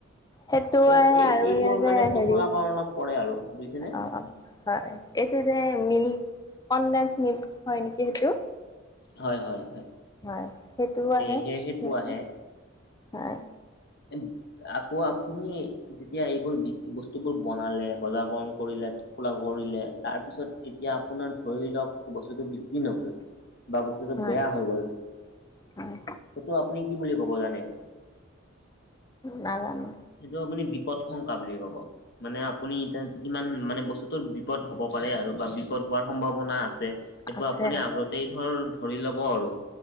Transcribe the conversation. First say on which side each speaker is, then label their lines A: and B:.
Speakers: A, on the left; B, on the left.
A: সেইটোৱে
B: এই এই
A: আৰু
B: এইবোৰ
A: এয়া যে
B: মানে
A: হেৰি
B: টোকোলাকৰণত পৰে আৰু বুজিছা নে।
A: অ হয় এইটো যে মিল্ক কনডেঞ্চ মিল্ক হয় নেকি সেইটো।
B: হয় হয় হয়।
A: হয় সেইটোও আহে
B: এই সেই সেইটো
A: হেনেকে
B: আহে
A: হয়।
B: <unintelligible> আকৌ আপুনি যেতিয়া এইবোৰ বি বস্তু বোৰ বনালে বজাৰ কৰণ কৰিলে ফোলা কৰিলে তাৰ পিছত এতিয়া আপোনাৰ ধৰি লওক বস্তুটো বিক্ৰী নগ'ল বা বস্তুটো
A: হয়
B: বেয়া হৈ গ'ল।
A: হয়
B: সেইটো আপুনি কি বুলি ক'ব জানে?
A: নাজানো।
B: সেইটো আপুনি বিপদ শংকা বুলি ক'ব। মানে আপুনি এতিয়া কিমান মানে বস্তুতৰ বিপদ হ'ব পাৰে আৰু বা বিপদ হোৱাৰ সম্ভাৱনা আছে। এইটো
A: আছে
B: আপুনি আগতেই ধৰ ধৰি ল'ব আৰু